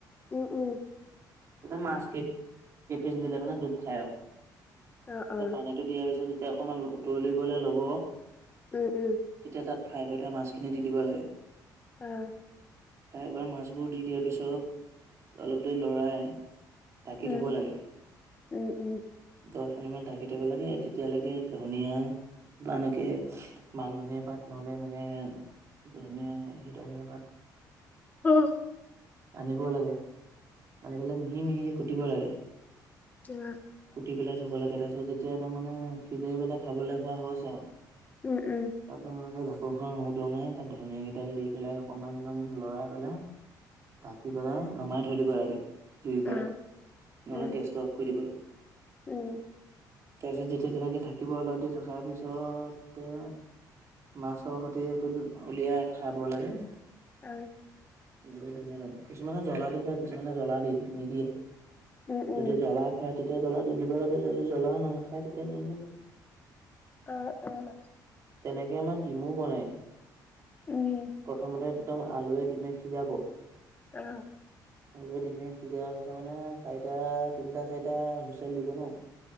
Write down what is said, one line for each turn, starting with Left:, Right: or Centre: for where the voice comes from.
Left: উম, উম।
Right: ততে মাছ পেপিচ দিলে মানে দুব খায়
Left: অ অ
Right: পানী। দিয়া পিছত যেতিয়া অকমান উতলিবলৈ ল'ব।
Left: উম, উম।
Right: তেতিয়া তাত ফ্ৰাই কৰি থোৱা মাছখিনি দি দিব লাগে।
Left: অ'।
Right: ফ্ৰাই কৰা মাছবোৰ দি দিয়াৰ পিছত অলপ দেৰি লৰাই। ধাকি
Left: উম
Right: থ'ব লাগে।
Left: উম উম
Right: দহ মিনিট মান ঢাকি থব লাগে, তেতিয়ালৈকে ধনিয়া বা এনেকে মান ধনিয়া পাত নহলে এনেকে। ধুনীয়া সি ধনীয়া পাত।
Left: অ'।
Right: আনিব লাগে আনি পেলাই মিহি মিহিক কুটিব লাগে।
Left: <unintelligible>
Right: কুটি পেলাই থুব লাগে তাৰপিছত যেতিয়া তাৰ মানে সিজাই পেলাই খাবলৈ হোৱা হৈছে আৰু।
Left: উম, উম।
Right: তাত তকে ঢাকোনখন উদঙাই তাত ধনিয় কেইডাল দি পেলাই অকমান একদম লৰাই পেলাই। ঢাকি পেলাই নমাই থৈ দিব লাগে জুইৰ পৰা
Left: অ
Right: নহ'লে
Left: উম
Right: গেষ্ট কৰি দিব লাগে।
Left: উম।
Right: তাৰপিছত যেতিয়া তেনেকে থাকিব হল দে থাকাৰ পিছত তে মাছৰ সৈতে সেইটো উলিয়াই খাব লাগে।
Left: ঐ।
Right: বহুত ধুনীয়া লাগে কিছুমানে জ্বলা দি খায় কিছুমানে জ্বলা দি নিদিয়ে।
Left: উম উম
Right: যদি জ্বলা খায় তেতিয়া জ্বলা দি দিব লাগে যদি জ্বলা নাখায় তেতিয়া নিম লাগে
Left: অঁ, অঁ।
Right: তেনেকে আমাৰ ডিমো বনাই।
Left: অ উম উম
Right: প্ৰথমতে একদম আলুৱে দিমে সিজাব
Left: অ'।
Right: অলুৱে দিমে সিজাৰ পিছত মানে চাৰিটা তিনিটা চাৰিটা হুইচেল দিব ন